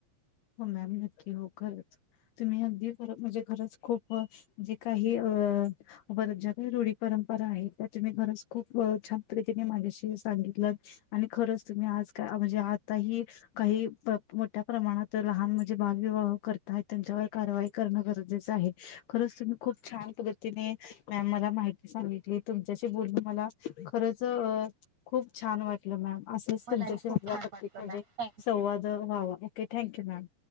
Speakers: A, on the left; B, on the right.
A: हो मॅम नक्की हो खरंच तुम्ही अगदी म्हणजे खरंच खूप जे काही अ वरज काही रूढीप ख खप छान माझ्या सगित खर तम् आ <unintelligible> म्हणजे आता हि काही मोठ्या प्रमाणात -- लहान म्हणजे बालविवाह करताय त्यांच्यावर कारवाई करणं गरजेचं आहे. खरंच तुम्ही खूप छान -- पद्धतीने मॅम मला माहिती सांगितली तुमच्याशी बोलुन मला खरचं -- खूप छान वाटलं मॅम. असंच
B: मलाही
A: तुमच्याशी
B: खूप
A: मला
B: छान
A: प्रत्येक
B: वाटलं
A: म्हणजे
B: मॅम थँक्यू
A: संवाद व्हावा ओके. मॅम.